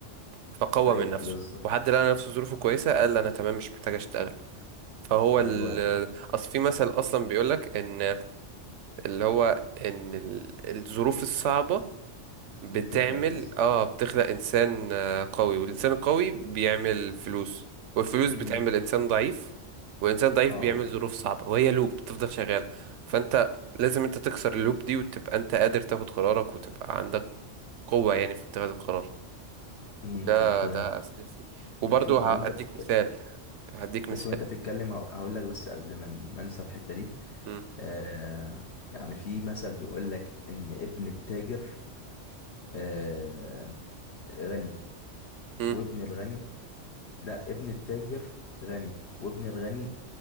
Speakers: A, on the right; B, on the left.
A: فقوى
B: ايوه
A: من نفسه
B: بالظبط
A: وحد لقى نفسه ظروفه كويسة قال انا تمام مش محتاج اشتغل فهو
B: ايوه
A: ال اصل في مثل اصلا بيقولك ان اللي هو ان ال- الظروف الصعبة بتعمل
B: بتخلق انسان
A: اه بتخلق انسان آه، قوي والانسان القوي بيعمل فلوس والفلوس
B: امم
A: بتعمل انسان ضعيف والانسان ضعيف
B: اه
A: بيعمل ظروف صعبة وهي لوب بتفضل شغالة فانت لازم انت تكسر اللوب دي وتبقى انت قادر تاخد قرارك وتبقى عندك قوة يعني في اتخاذ القرار
B: امم
A: ده
B: انت
A: ده اساسي وبرضه
B: في وانت
A: هديك
B: بتتكلم
A: مثال هديك مثال
B: بس وانت بتتكلم هق- هقول لك بس قبل ما ن- ما انسى الحته دي
A: مم.
B: آه يعني في مثل بيقول لك ان ابن التاجر آه غني
A: مم.
B: وابن الغني لا ابن التاجر غني وابن الغني